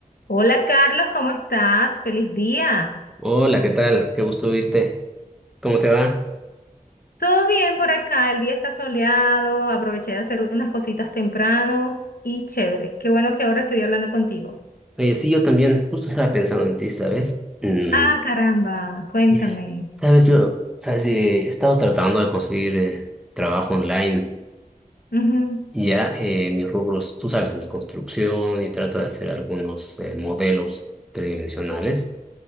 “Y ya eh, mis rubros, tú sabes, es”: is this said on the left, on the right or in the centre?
Centre